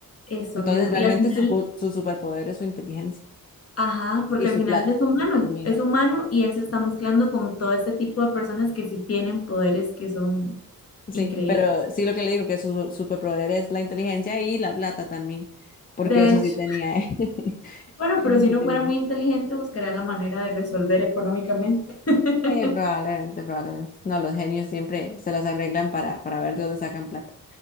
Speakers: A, on the left (about 40°); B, on the left (about 25°).
A: eso
B: Entonces,
A: mismo.
B: realmente
A: Y al final,
B: su, pu- su superpoder es su inteligencia
A: ajá, porque
B: y su
A: al final
B: plata
A: es humano,
B: también.
A: es humano y él se está mezclando con todo este tipo de personas que sí tienen poderes que son
B: Sí,
A: increíbles.
B: pero sí lo que le digo, que su superpoder es la inteligencia y la plata también, porque
A: De
B: eso
A: hecho,
B: sí tenía, ¿eh? <laughs>
A: bueno,
B: Eso
A: pero si
B: sí
A: no
B: tenía.
A: fuera muy
B: él.
A: inteligente, buscaría la manera de resolver económicamente. <laughs>
B: Eh, probablemente, probablemente. No, los genios siempre se las arreglan para, para ver de dónde sacan plata.